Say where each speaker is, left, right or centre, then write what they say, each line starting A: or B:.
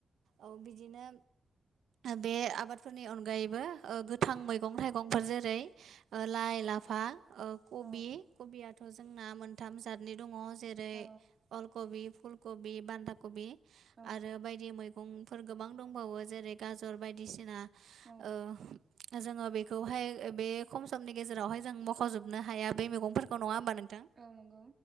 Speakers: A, on the right (about 85°); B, on the right (about 40°).
A: औ बिदिनो बे आबाद फोरनि अनगायैबो गोथां मैगं थाइगंफोर जेरै ओ लाइ, लाफा ओ खबि
B: औ
A: खबियाथ' जोंना मोन थाम जाथनि दङ जेरै
B: औ
A: अलकबि, फुलकबि, बान्दा कबि
B: औ
A: आरो बायदि मैगंफोर गोबां दंबावो जेरै गाजर बायदिसिना
B: औ
A: ओ जोङो बेखौहाय बे खम समनि गेजेरावहाय जों मख'जोबनो हाया बे मैगंफोरखौ नङा होमबा नोंथां।
B: औ नंगौ।